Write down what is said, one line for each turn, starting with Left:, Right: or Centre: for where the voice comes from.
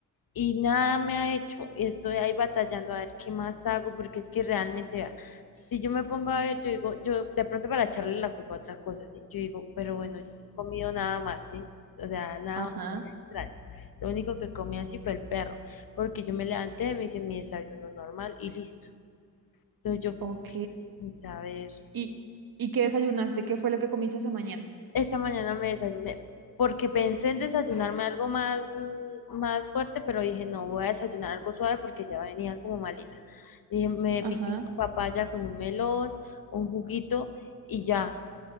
Left: y nada me ha hecho. Y estoy ahí batallando a ver qué más hago, porque es que realmente, vea, si yo me pongo a ver, yo digo, yo de pronto para echarle la culpa a otras cosas, ¿sí? Yo digo, pero bueno, yo no he comido nada más, ¿sí? O sea, nada,
Right: Ajá.
Left: nada extraño. Lo único que comí así fue el perro, porque yo me levanté, me hice mi desayuno normal y listo. Entonces yo como
Right: Ok.
Left: que, ay, sin saber.
Right: ¿Y, y qué desayunaste? ¿Qué fue lo que comiste esa mañana?
Left: esta mañana me desayuné porque pensé en desayunarme algo más, mm, más fuerte, pero dije, no, voy a desayunar algo suave porque ya venía como malita. Dije, me
Right: Ajá.
Left: piqué una papaya con un melón, un juguito y ya.